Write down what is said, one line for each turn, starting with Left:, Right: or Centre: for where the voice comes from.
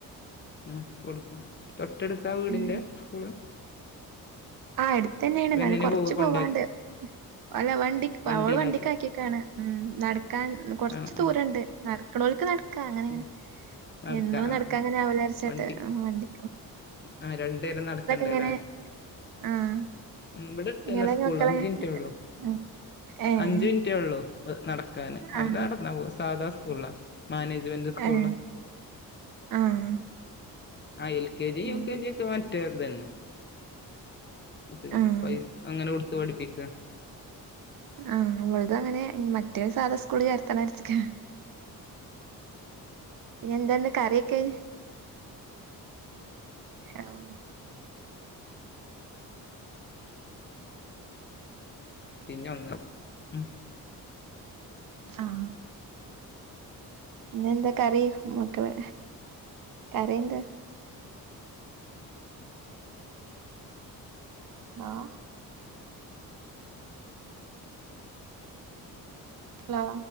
Left: ഉം കൊടുക്കും തൊട്ടെടുത്താ വീടിന്റെ
Right: ഉം
Left: സ്കൂള്
Right: ആഹ് എടുത്തെന്നേണ്
Left: അതെങ്ങനെ
Right: ന്നാലും കൊറച്ച്
Left: പോവാ കൊണ്ടാക്ക
Right: പോവാണ്ട് അല്ല വണ്ടി
Left: വണ്ടിയിലാക്കി
Right: അവള് വണ്ടിക്കാക്കിക്കാണ് ഉം നടക്കാൻ കൊർച്ച്
Left: ആഹ്
Right: ദൂരണ്ട്
Left: ആഹ്
Right: നട് ക്ക്ണോൽക്ക് നട്ക്കാ അങ്ങനേണ്.
Left: ഉം നടക്കാ
Right: എന്നും
Left: ആഹ്
Right: നടക്കാങ്ങനെ
Left: ആഹ്
Right: ആവൂലാര്ച്ചാട്ട്
Left: വണ്ടി
Right: ആഹ് വണ്ടി
Left: ആഹ് രണ്ടേരം നടക്കെണ്ടെലേ
Right: എങ്ങനെ? ആഹ്.
Left: ഉം ബടെട്ത്തെന്നെ
Right: ഇങ്ങളെ
Left: സ്കൂള്,
Right: മക്കളെ
Left: അഞ്ചിൻറ്റേഒള്ളു
Right: ഉം. ഏഹ്.
Left: അഞ്ച് മിൻറ്റേ ഒള്ളൂ നടക്കാന് അവര്
Right: ആഹ്.
Left: നടന്നാ പോവാ സാധാ സ്കൂൾലാ മാനേജ്മെന്റ് സ്കൂൾള്
Right: ഏഹ്. ആഹ്.
Left: ആ എൽകെജി
Right: ഉം.
Left: യുകെജി ഒക്കെ മറ്റേതന്നെ പിന്നെ
Right: ആഹ്.
Left: പൈസ് അങ്ങനെ കൊട്ത്ത് പഠിപ്പിക്ക
Right: ആഹ് വൾതങ്ങനെ മറ്റേ സാധാ സ്കൂള് ചേർത്തണാര്ച്ച്ക്കാ പിന്നെന്താന്ന് കറിയൊക്കെ <unintelligible>
Left: പിന്നെ ഒന്ന് ഉം
Right: ആഹ് പിന്നെന്താ കറി മക്കളെ കറി എന്താ ആഹ് ഹലോ